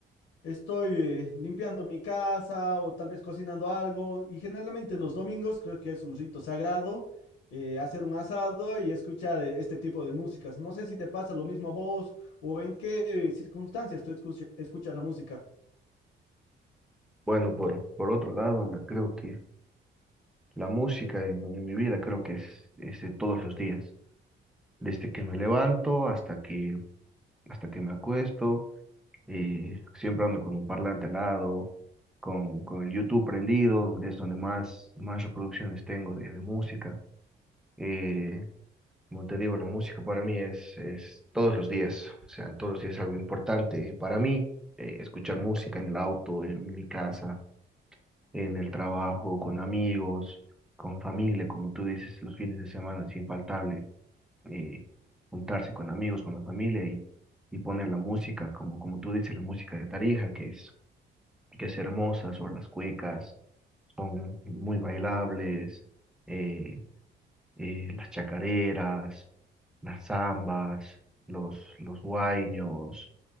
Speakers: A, on the left (about 75°); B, in the centre.
A: Estoy eh, limpiando mi casa o tal vez cocinando algo y generalmente los domingos creo que es un rito sagrado eh, hacer un asado y escuchar eh, este tipo de músicas. No sé si te pasa lo mismo a vos o en qué eh, circunstancias tú escuch- escuchas la música.
B: Bueno, por, por otro lado, la- creo que la música en, en mi vida creo que es, es de todos los días, desde que me levanto hasta que, hasta que me acuesto y siempre ando con un parlante al lado, con, con el YouTube prendido, donde es donde más, más reproducciones tengo de, de música. Eh, como te digo, la música para mí es, es todos los días, o sea, todos los días es algo importante para mí, eh, escuchar música en el auto, en mi casa, en el trabajo, con amigos, con familia, como tú dices, los fines de semana es infaltable eh, juntarse con amigos, con la familia y, y poner la música, como, como tú dices, la música de Tarija, que es que es hermosa sobre las cuecas, son muy bailables, eh, eh, las chacareras, las zambas, los, los huayños,